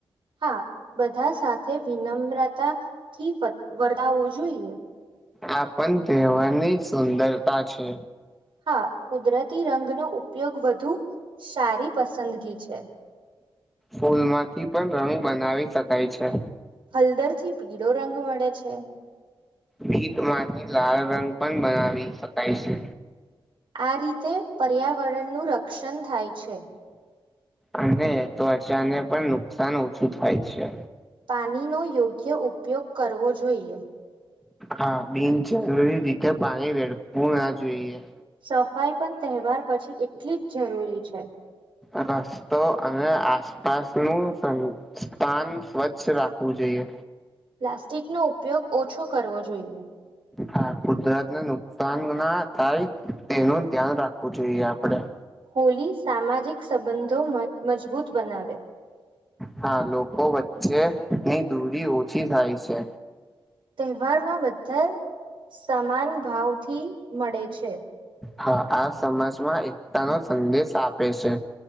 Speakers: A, on the right; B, in the centre.
A: હા બધા સાથે વિનમ્રતાથી વતાવવો જોઈએ.
B: આ પણ તહેવારની સુંદરતા છે.
A: હા કુદરતી રંગનોો ઉપયોગ વધુ સારી પસંદગી છે.
B: ફૂલમાંથી પણ રંગ બનાવી શકાય છે.
A: હલદર થી પીળો રંગ મળે છે.
B: ભીતમાંથી લાળ રંગ પણ બનાવી શકાય છે.
A: આ રીતે પર્યાવરણનું રક્ષણ થાય છે.
B: અને ત્વચા પણ નુકસાન ઓછું થાય છે.
A: પાણીનો યોગ્ય ઉપયોગ કરવો જોઈએ.
B: હા બિન જરૂરી રીતે પાણી વેળફુ ના જોઈએ.
A: સફાઈ પણ તહેવાર પછી એટલી જ જરૂરી છે.
B: બસ તો અ આ પાસનું સ્થાન સ્વચ્છ રાખવું જોઈએ.
A: પ્લાસ્ટિકનો ઉપયોગ ઓછો કરવો જોઈએ.
B: હા કુદરતને નુકસાન ના થાય. તેનું ધ્યાન રાખવું જોઈએ આપડે.
A: હોલી સામાજિક સંબંધો મજબૂત બનાવે.
B: હા લોકો વચ્ચે ની દૂરી ઓછી થાય છે.
A: તહેવારમાં બધા સમાન ભાવથી મળે છે.
B: હા આ સમાજમાં એકતા નો સંદેશ આપે છે.